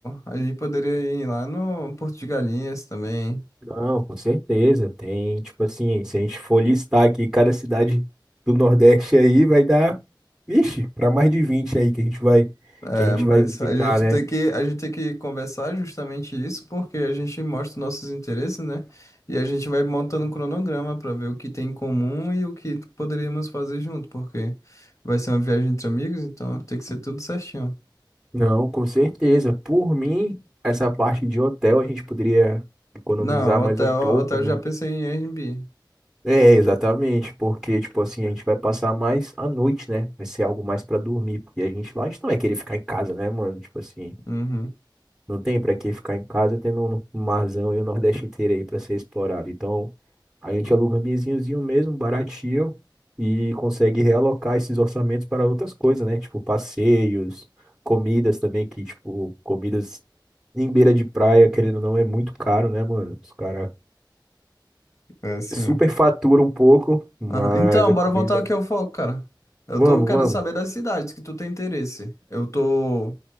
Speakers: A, on the left (about 40°); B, in the centre.
A: a gente poderia ir lá no Porto de Galinhas também.
B: Não, com certeza. Tem, tipo assim, se a gente for listar aqui cada cidade do Nordeste aí, vai dar, vixe, pra mais de 20 aí que a gente vai,
A: É,
B: que a gente
A: mas
B: vai visitar,
A: a gente
B: né?
A: tem que, a gente tem que conversar justamente isso, porque a gente mostra nossos interesses, né? E a gente vai montando um cronograma para ver o que tem em comum e o que poderíamos fazer junto, porque vai ser uma viagem entre amigos, então tem que ser tudo certinho.
B: Não, com certeza. Por mim, essa parte de hotel a gente poderia economizar
A: Não,
B: mais
A: hotel,
B: um pouco,
A: hotel eu
B: né?
A: já pensei em Airbnb.
B: É, exatamente, porque, tipo assim, a gente vai passar mais a noite, né? Vai ser algo mais pra dormir, porque a gente lá, a gente não vai querer ficar em casa, né, mano? Tipo assim.
A: Uhum.
B: Não tem pra que ficar em casa tendo um marzão e o Nordeste inteiro aí pra ser explorado. Então, a gente aluga um ambientezinhozinho mesmo, baratinho, e consegue realocar esses orçamentos para outras coisas, né? Tipo passeios, comidas também, que, tipo, comidas em beira de praia, querendo ou não, é muito caro, né, mano? Os caras
A: É, sim.
B: super faturam um pouco, mas
A: Aham. Então,
B: a
A: bora
B: comida.
A: voltar aqui ao foco, cara. Eu
B: Vamos,
A: tô querendo
B: vamos.
A: saber das cidades que tu tem interesse. Eu tô